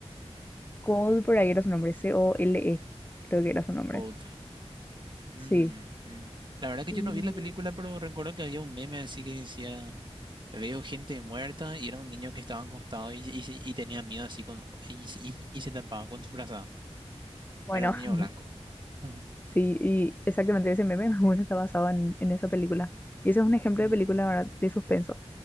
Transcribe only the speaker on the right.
Old. Mm,
mm. La verdad que
yo no vi la película, pero recuerdo que había un meme así que decía, veo gente muerta y era un niño que estaba acostado y, y, y tenía miedo así con, y, y, y se tapaba con su frazada.
Era un niño
blanco. Ajá.
Mm,